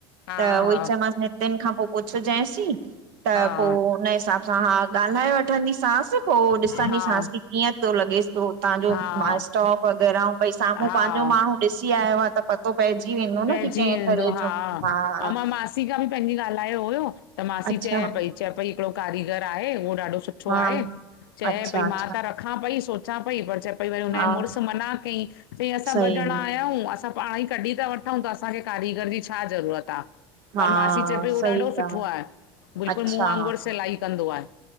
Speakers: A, on the left (about 60°); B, on the right (about 60°).
A: हा
B: त उहई चवमासि नि नितीन खां पोइ पुछ जैय सीं, त
A: हा
B: पोइ हुन हिसाब हां, हां ॻाल्हाए वठंदीसासि, पोइ ॾिसंदीसासि
A: हा
B: की कीअं थो लॻेसि पियो? तांजो
A: हा हा
B: मास्टॉ वग़ैरह भई साम्हूं
A: हा
B: पंहिंजो माण्हू ॾिसी आयो आ त। <unintelligible> पतो पइजी वेंदो
A: पइजी
B: न की कंहिं
A: वेंदो
B: तरह
A: हा
B: जो ॿारु आ।
A: ऐं मां मासी खां बि पंहिंजी ॻाल्हायो हुयो, त मासी
B: अच्छा
A: चएं पई, चएं पई हिकिड़ो कारीगर आहे उहो ॾाढो सुठो सुठो
B: हा
A: आहे। चएं
B: अच्छा
A: पई
B: अच्छा
A: मां त रख मां पई सोचां, पई पर चएं पई पर हुन
B: हा
A: जे मुड़ुस मना कई चई असां
B: सही
A: ॿ ॼणा आयूं हूं। असां पाण ई कॾि था वठूं त असांखे कारीगर जी छा ज़रूरत आ?
B: हा
A: पर मासी चएं पई
B: सही
A: उहो ॾाढो
B: ॻाल्हि
A: सुठो आव बिल्कुलु
B: अच्छा
A: मूंंहं वांगुरु सिलाई कंदो आहे।